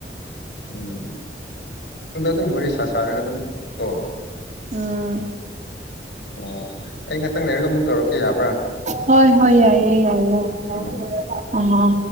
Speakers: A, on the left (about 70°); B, on the right (about 40°).
A: ꯎꯝ ꯎꯝ ꯇꯨꯝꯗ ꯑꯗꯨꯝ ꯂꯣꯏꯔꯦ ꯁꯥ ꯁꯥꯔꯒ ꯑꯗꯨꯝꯇꯣ
B: ꯎꯝ
A: ꯑꯣ ꯑꯩ ꯉꯥꯛꯇꯪ ꯂꯩꯔꯒ ꯑꯃꯨꯛ ꯇꯧꯔꯛꯀꯦ ꯌꯥꯕ꯭ꯔꯥ
B: ꯍꯣꯏ ꯍꯣꯏ ꯌꯥꯏꯌꯦ ꯌꯥꯏꯌꯦ
A: ꯎꯝ
B: ꯑ